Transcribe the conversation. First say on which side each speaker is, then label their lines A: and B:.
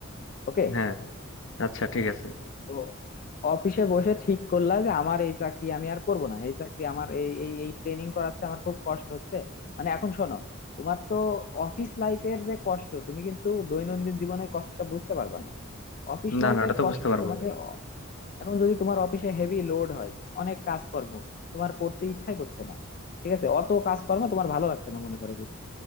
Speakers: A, on the left; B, on the left.
A: ওকে
B: হ্যাঁ আচ্ছা ঠিক আছে
A: তো অফিসে বসে ঠিক করলা যে আমার এই চাকরি আমি আর করব না এই চাকরি আমার এই এই এই ট্রেনিং করাচ্ছে আমার খুব কষ্ট হচ্ছে মানে এখন শোনো তোমার তো অফিস লাইফের যে কষ্ট তুমি কিন্তু দৈনন্দিন জীবনের কষ্টটা বুঝতে পারবে না অফিস
B: না
A: লাইফের
B: না ওটা তো
A: কষ্ট
B: বুঝতে পারবো
A: তোমাকে
B: না
A: এখন যদি তোমার অফিসে হেভি লোড হয় অনেক কাজকর্ম তোমার করতে ইচ্ছাই করছে না ঠিক আছে অত কাজকর্ম তোমার ভালো লাগছে না মনে করো করতে